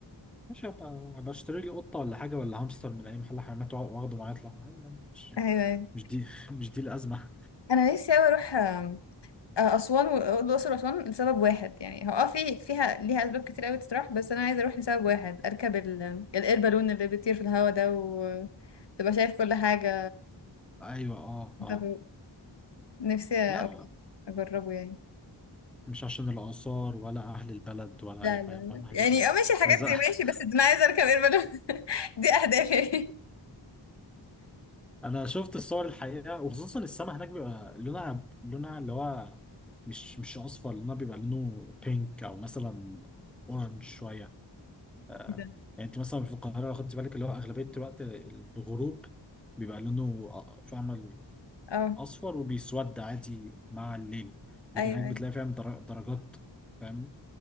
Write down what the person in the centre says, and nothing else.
ماشي هبقى هبقى اشتري لي قطة ولا حاجة ولا هامستر من اي محل حيوانات واخده معايا اطلع عادي يعني مش
مش دي مش دي الأزمة
ايوه اه اه
لا
مش عشان الآثار ولا أهل البلد ولا
أي حاجة
فاهم عايز
أهل
عايز
<laughs>
انا شفت الصور الحقيقه وخصوصا السما هناك بيبقى لونها لونها اللي هو مش مش اصفر لونها بيبقى لونه بينك او مثلا اورنج شويه آه،
يعني انت مثلا في القاهره لو خدت بالك اللي هو اغلبيه الوقت الغروب بيبقى لونه أ- فاهمه
اصفر وبيسود عادي مع الليل لكن
هناك
بتلاقي فاهم در- درجات فاهم